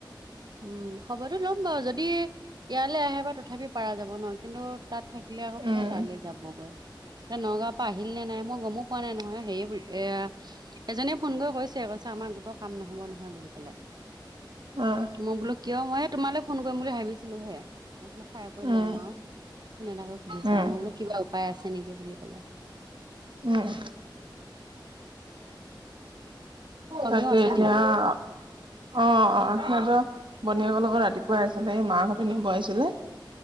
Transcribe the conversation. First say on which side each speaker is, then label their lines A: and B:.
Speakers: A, on the right (about 55°); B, on the right (about 75°).
A: উম' খবৰটো ল'ম বাৰু, যদি ইয়ালে আহে বা তথাপিও পাৰা যাব ন, কিন্তু- তাত থাকিলে আকৌ
B: উম
A: কোনে তালে যাবগৈ? তে নগাঁৱৰ পৰা আহিল নে নাই মই গমো- পোৱা নাই নহয় হেয়ি এ এজনে ফোন কৰি কৈছে, কৈছে আমাৰ গোটৰ কাম নহব নহয় বুলি কলে।
B: অঁ'
A: মই বোলো কিয় মইয়ে তোমালৈ ফোন কৰিম বুলি ভাবিছিলো হে, মই বোলো খাই কৰি
B: উম
A: লওঁ আও। ফোন এটা কৰি সুধিছা
B: উম
A: মই বোলো কিবা উপায় আছে নেকি বুলি পেলায়।
B: উম'
A: অমিও
B: তাকে,
A: আছে
B: এতিয়া-
A: নেকি
B: অঁ অঁ সিহঁতৰ বনীয়েকৰ লগত ৰাতিপুৱা আহিছিলে সি মাক হঁতে নিব আহিছিলে।